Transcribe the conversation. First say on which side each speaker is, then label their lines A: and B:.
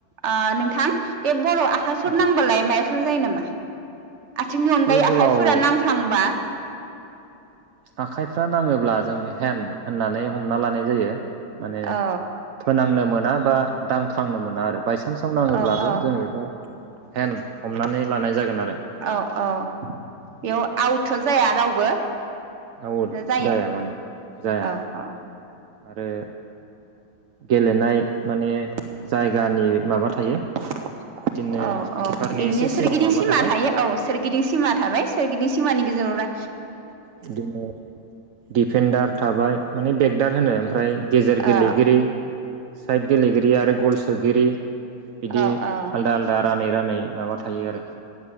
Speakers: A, on the right; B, on the right.
A: ओ नों थां बे बल आखाइफोर
B: औ
A: नांबालाय माइ फोर जायो नामा। आथिंनि अनगायै
B: बे बलाव
A: आखाइफोरा नांफ्लांबा
B: आखाइफ्रा नाङोब्ला जों हेन होननानै हमना लानाय जायो। माने
A: औ
B: फोनांनोमोन मोना बा दांफ्रांनो मोना आरो। बायसान्साव नाङोब्लाबो
A: औ औ
B: जोङो बेखौ हेन हमनानै लानाय जागोन आरो। माने
A: औ औ बेयाव आवथ जाया रावबो
B: आवट
A: जायो
B: जाया माने जाया
A: औ औ
B: आरो गेलेनाय माने जायगानि माबा थायो। बिदिनो
A: औ औ
B: किपारनि
A: बिदिनो
B: एसे सिगाङाव
A: सोरगिदिं
B: माबा
A: सिमा
B: थाबाय
A: थायो औ सोरगिदिं सिमा थाबाय सोरगिदिं सि मानि गेजेराव रा
B: बिदिनो दिफेन्दार थाबाय माने बेेगदार, होनो ओमफ्राय गेजेर
A: औ
B: गेलेगिरि साइद गेलेगिरि आरो गल सोगिरि। बिदि
A: औ औ
B: आलदा आलदा रानै रानै माबा थायो आरो